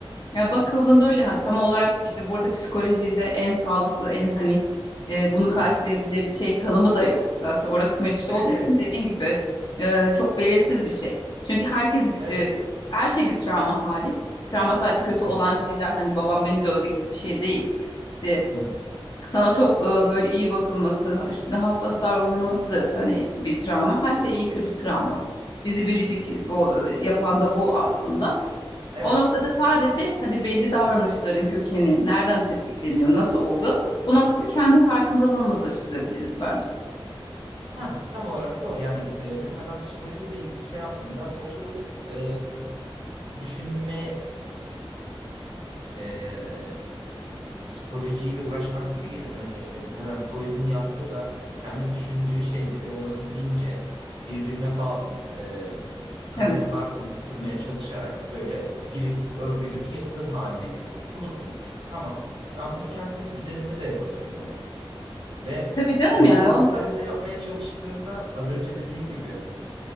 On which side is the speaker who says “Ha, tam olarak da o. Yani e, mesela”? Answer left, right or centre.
Right